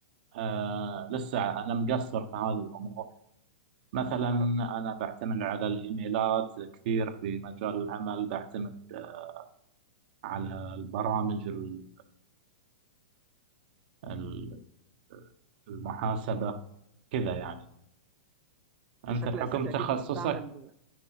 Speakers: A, on the right; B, on the right.
A: آه لسه انا مقصر في هذه الامور مثلا انا بعتمد على الايميلات كثير في مجال العمل بعتمد آه، على البرامج ال- ال- المحاسبه كذا يعني
B: بشكل
A: انت بحكم
B: اساسي
A: تخصصك
B: اكيد بتستعمل